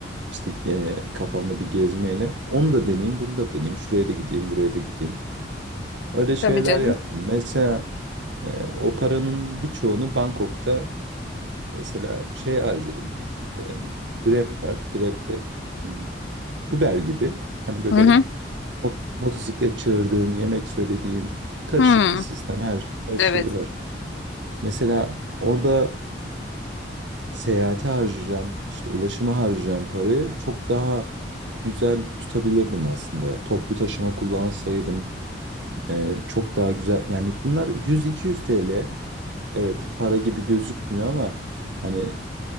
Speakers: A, on the right (about 80°); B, on the left (about 80°).
A: işte e, kafamda bir gezmeyle onu da deneyeyim bunu da deneyeyim. Şuraya da gideyim buraya da gideyim. Öyle şeyler
B: Tabii canım.
A: yaptım. Mesela e, o paranın birçoğunu Bangkok'ta mesela şey harcadım. E, Grab var. Grab'de hmm, Uber gibi. Hani böyle
B: Hı hı.
A: mot- motosiklet çağırdığın, yemek söylediğin karışık
B: Hı.
A: bir sistem. Her, her
B: Evet.
A: şeyi var. Mesela orada seyahate harcayacağım, işte ulaşıma harcayacağım parayı çok daha güzel tutabilirdim aslında. Toplu taşıma kullansaydım Ee, çok daha güzel yani bunlar 100-200 TL evet para gibi gözükmüyor ama hani